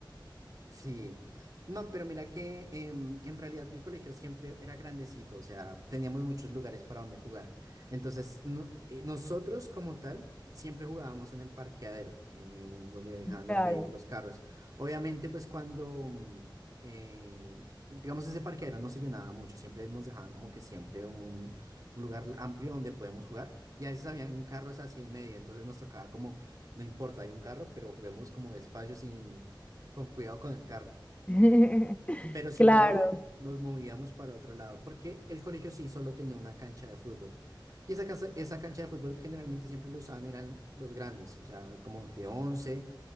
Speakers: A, on the right; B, on the left.
A: Sí, no, pero mira que em, en realidad mi colegio siempre era grandecito, o sea, teníamos muchos lugares para donde jugar. Entonces, no- eh, nosotros como tal siempre jugábamos en el parqueadero, eh, donde dejaban los,
B: Claro.
A: ve- los carros. Obviamente, pues cuando, mm, eh, digamos, ese parqueadero no se llenaba mucho, siempre nos dejaban como que siempre un, un lugar amplio donde podemos jugar. Y a veces habían carros así en medio, entonces nos tocaba como, no importa, hay un carro, pero juguemos como despacio sin con cuidado con el carro.
B: <laughs>
A: Pero si
B: Claro,
A: no era ahí, nos movíamos para otro lado, porque el colegio sí solo tenía una cancha de fútbol. Y esa, casa- esa cancha de fútbol generalmente siempre lo usaban, eran los grandes, o sea, como de 11,